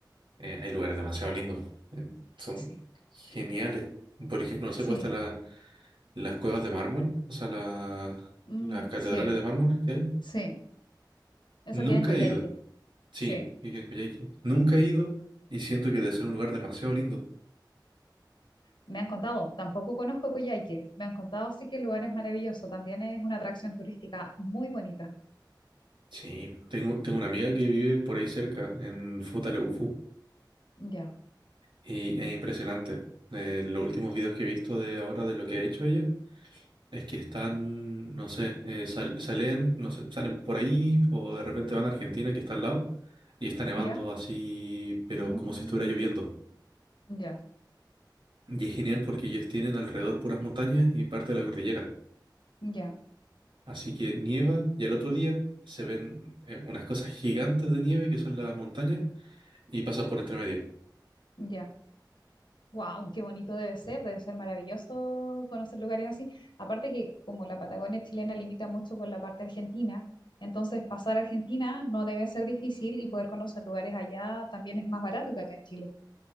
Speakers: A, on the right; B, on the left.
A: Eh, hay lugares demasiado lindos, eh, son
B: sí,
A: geniales. Por ejemplo, no sé,
B: sí,
A: pues está la, las cuevas de mármol, o sea, la-
B: mm,
A: las catedrales
B: sí,
A: de mármol que hay.
B: sí, eso
A: Nunca
B: queda en Coyhaique,
A: he ido. Sí,
B: sí,
A: y en Coyhaique. Nunca he ido y siento que debe ser un lugar demasiado lindo.
B: me han contado, tampoco conozco Coyhaique, me han contado sí que el lugar es maravilloso, también es una atracción turística muy bonita,
A: Sí, tengo, tengo una amiga que vive por ahí cerca, en Futaleufú,
B: ya,
A: y es impresionante. Eh, los últimos videos que he visto de ahora de lo que ha hecho ella es que están, no sé, eh, sal- salen, no sé, salen por ahí o de repente van a Argentina que está al lado y está nevando
B: ya,
A: así, pero
B: mm,
A: como si estuviera lloviendo.
B: ya,
A: Y es genial porque ellos tienen alrededor puras montañas y parte de la cordillera.
B: ya,
A: Así que nieva y al otro día se ven eh, unas cosas gigantes de nieve que son las montañas y pasan por entre medio.
B: ya, wow, qué bonito debe ser, debe ser maravilloso conocer lugares así, aparte que como la Patagonia chilena limita mucho con la parte argentina, entonces pasar a Argentina no debe ser difícil y poder conocer lugares allá también es más barato que acá en Chile,